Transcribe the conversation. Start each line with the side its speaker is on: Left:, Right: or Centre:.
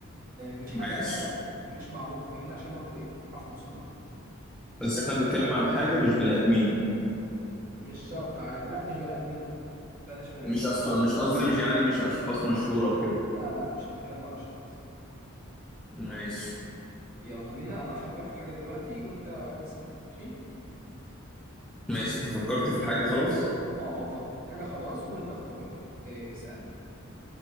Right: مش حاجة
Centre: ماشي
Right: مثلا مش معروفة فاهمني عشان برضو ايه نعرف نوصل لها
Centre: بس احنا بنتكلم على حاجه مش بني ادمين
Right: مش شرط عادي لا مش بني ادمين لا بلاش بني
Centre: مش
Right: ادمين
Centre: أشخاص مش قصدي مش يعني مش اشخاص مشهوره وكده
Right: لا لا مش هنتكلم عن اشخاص
Centre: ماشي
Right: يلا بينا انا هفكر في حاجة دلوقتي وانت اقعد اسألني ماشي
Centre: ماشي انت فكرت في الحاجه خلاص
Right: اه اه فكر حاجة خلاص وانت اختار يلا إيه اسألني